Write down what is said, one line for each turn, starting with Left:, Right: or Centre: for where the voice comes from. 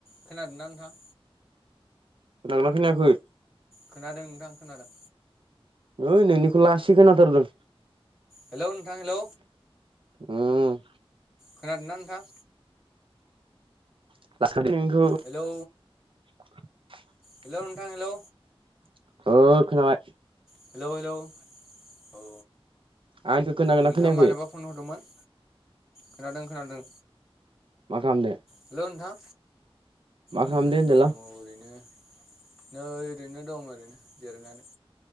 Centre: खोनादोंना नोंथां?
Right: खोनादों ना खोनायाखै?
Centre: खोनादों नोंथां खोनादों।
Right: ओइ नोंनिखौ लासि खोनाथारदों।
Centre: हेलौ नोंथां हेलौ
Right: उम। ‌
Centre: खोनादोंना नोंथां?
Right: <unintelligible>
Centre: हेलौ हेलौ नोंथां हेलौ
Right: ओ खोनाबाय।
Centre: हेलौ हेलौ, औ
Right: आंनिखौ खोनागोनना
Centre: नोंथाङा
Right: खोनायाखै
Centre: मानोबा फन हरदोंमोन? खोनादों खोनादों।
Right: मा खालामदों?
Centre: हेल' नोंथां?
Right: खालामदो
Centre: नै
Right: होनदोलां
Centre: दङ ओरैनो। नै ओरैनो दं ओरैनो जिरायनानै।